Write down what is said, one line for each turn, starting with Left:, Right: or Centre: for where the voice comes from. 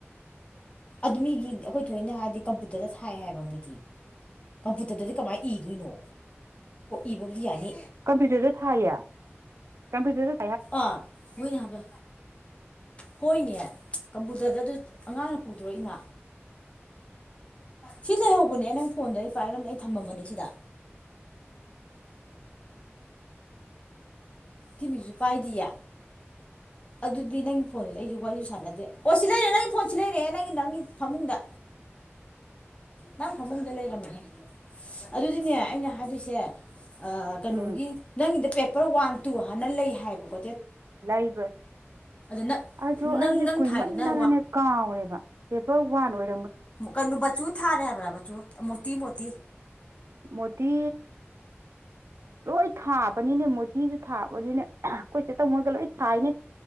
Left: ꯑꯗꯨ ꯃꯤꯒꯤ ꯑꯩꯈꯣꯏ ꯊꯣꯏꯏꯅ ꯍꯥꯏꯔꯗꯤ ꯀꯝꯄꯨꯇꯔꯗ ꯊꯥꯏ ꯍꯥꯏꯕ ꯃꯣꯏꯗꯤ ꯀꯝꯄꯨꯇꯔꯗꯗꯤ ꯀꯃꯥꯏꯅ ꯏꯗꯣꯏꯅꯣ ꯏꯕꯕꯨ ꯌꯥꯅꯤ
Right: ꯀꯝꯄꯌꯨꯇꯔꯗ ꯊꯥꯏꯌꯦ ꯀꯝꯄꯌꯨꯇꯔ
Left: ꯑ ꯃꯣꯏꯅ ꯍꯥꯏꯕ ꯍꯣꯏꯅꯦ ꯀꯝꯄꯨꯇꯔꯗ ꯑꯗꯨ ꯑꯉꯥꯡꯅ ꯄꯨꯗꯣꯔꯛꯏꯅ ꯁꯤ ꯂꯩꯍꯧꯕꯅꯦ ꯅꯪ ꯐꯣꯟꯗ ꯏ ꯄꯥꯏꯔꯗ ꯑꯩꯅ ꯊꯝꯃꯝꯕꯅꯤ ꯁꯤꯗ ꯊꯤꯕꯤꯁꯨ ꯄꯥꯏꯗꯤꯌꯦ ꯑꯗꯨꯗꯤ ꯅꯪꯒꯤ ꯐꯣꯟꯗꯨꯗꯤ ꯑꯩꯁꯨ ꯋꯥꯔꯤꯁꯨ ꯁꯥꯟꯅꯗꯦ ꯑꯣ ꯁꯤ ꯂꯩꯔꯦ ꯅꯪꯒꯤ ꯐꯣꯟ ꯁꯤ ꯂꯩꯔꯦ ꯅꯪꯒꯤ ꯅꯪꯒꯤ ꯐꯃꯨꯡꯗ ꯅꯥꯪ ꯐꯝꯨꯡꯗ ꯂꯩꯔꯝꯃꯦꯍꯦ ꯑꯗꯨꯗꯤꯅꯦ ꯑꯩꯅ ꯍꯥꯏꯗꯣꯏꯁꯦ ꯑ ꯀꯩꯅꯨꯒꯤ
Right: ꯎꯝ
Left: ꯅꯪꯒꯤꯗꯣ ꯄꯦꯄꯔ ꯋꯥꯟ ꯇꯨ ꯍꯥꯟꯅ ꯂꯩ ꯍꯥꯏꯕꯀꯣ
Right: ꯂꯩꯕ
Left: ꯅꯪ
Right: ꯑꯗꯣ
Left: ꯅꯪ
Right: ꯑꯩꯁꯦ
Left: ꯅꯪ
Right: ꯀꯨꯏꯃꯜꯂꯒꯅꯦ
Left: ꯊꯥꯏꯗꯨꯅ
Right: ꯀꯥꯎꯔꯦꯕ ꯋꯥꯟ ꯑꯣꯏ
Left: ꯀꯩꯅꯨ ꯕꯆꯨ ꯊꯥꯔꯦ ꯍꯥꯏꯕ꯭ꯔꯥ ꯕꯆꯨ ꯃꯣꯇꯤ ꯃꯣꯇꯤ
Right: ꯃꯨꯔꯇꯤ ꯂꯣꯏ ꯊꯥꯕꯅꯤꯅꯦ ꯃꯇꯤꯁꯨ ꯊꯥꯕꯅꯤꯅꯦ ꯑꯥ ꯍꯥ ꯑꯩꯈꯣꯏꯆꯦ ꯇꯃꯨ ꯍꯣꯏꯒ ꯂꯣꯏ ꯊꯥꯏꯅꯦ